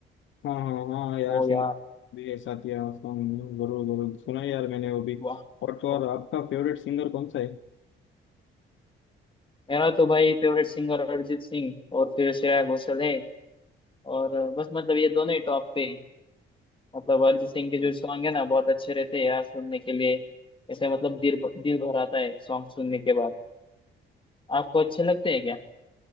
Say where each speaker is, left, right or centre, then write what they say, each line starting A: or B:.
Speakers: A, on the left; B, on the left.
A: हाँ हाँ हाँ यार
B: वो
A: सिंगर
B: यार
A: भी ऐसा किया उसका मैंने जरूर जरूर सुना है यार मैंने वो भी
B: वाह
A: और तो
B: वाह
A: और आपका फेवरेट सिंगर कौन सा है
B: मेरा तो भाई फेवरेट सिंगर अरिजीत सिंह और फिर श्रेया घोषाल है और बस मतलब ये दोनों ही टॉप पे मतलब अरिजीत सिंह के जो सॉन्ग है ना बहुत अच्छे रहते हैं यार सुनने के लिए ऐसे मतलब दिल दिल भर आता है सॉन्ग सुनने के बाद आपको अच्छे लगते हैं क्या